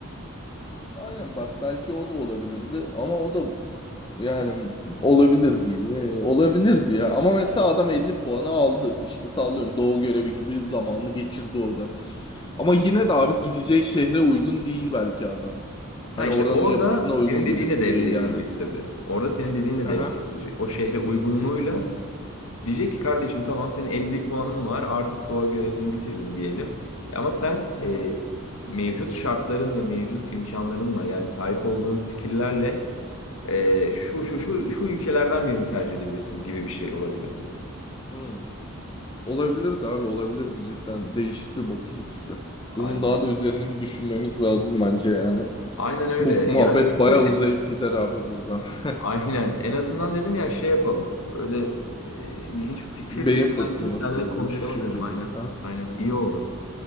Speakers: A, on the left (about 20°); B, on the left (about 70°).
A: Aynen bak belki o da olabilirdi ama o da yani olabilir miydi? Ee, Olabilirdi ya. Ama mesela adam 50 puanı aldı. İşte sallıyorum Doğu görevi gibi zamanını geçirdi orada. Ama yine de abi gideceği şehre uygun değil belki adam.
B: Ha
A: Hani
B: işte
A: oranın
B: orada
A: yapısına uygun
B: senin dediğin
A: birisi
B: de devreye
A: değil yani.
B: girecek tabii. Orada senin dediğin de
A: Hı
B: devreye
A: hı.
B: girecek. O şehre uygunluğuyla diyecek ki kardeşim tamam senin 50 puanın var artık doğa görevini bitirdin diyelim. E Ama sen
A: Hı
B: e,
A: hı.
B: mevcut şartların ve mevcut imkanlarınla yani sahip olduğun skill'lerle e, şu şu şu şu ülkelerden birini tercih edebilirsin gibi bir şey olabilir bu.
A: Hı. Olabilirdi abi olabilirdi cidden değişik bir bakış açısı.
B: Aynen.
A: Bunun daha da üzerine bir düşünmemiz lazım bence yani.
B: Aynen öyle.
A: Bu muhabbet
B: Yani çünkü
A: bayağı uzayıp
B: <laughs>
A: gider abi buradan. <laughs>
B: Aynen. En azından dedim ya şey yapalım. Böyle e, ilginç bir fikir
A: Beyin
B: gibi
A: fırtınası
B: geldi. Seninle
A: gibi,
B: konuşalım
A: düşünce
B: dedim.
A: gibi.
B: Aynen.
A: Ha?
B: Aynen. İyi oldu.